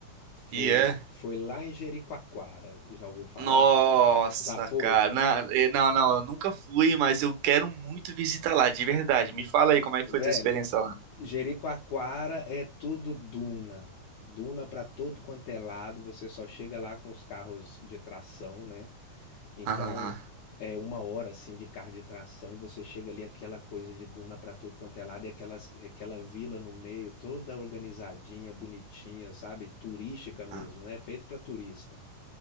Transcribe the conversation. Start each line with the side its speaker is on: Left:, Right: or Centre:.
Left: Foi,
Right: E é?
Left: foi lá em Jericoacoara, já ouviu falar?
Right: Nossa,
Left: Já foi?
Right: cara. Na- eh, Não, não, eu nunca fui, mas eu quero muito visitar lá, de verdade. Me fala aí como é que
Left: Velho,
Right: foi tua experiência lá.
Left: Jericoacoara é tudo duna. Duna pra todo quanto é lado, você só chega lá com os carros de tração, né? Então,
Right: Aham.
Left: é uma hora assim de carro de tração e você chega ali aquela coisa de duna pra tudo quanto é lado e aquelas, aquela vila no meio toda organizadinha, bonitinha, sabe? Turística mesmo,
Right: ah,
Left: né? Feito pra turista.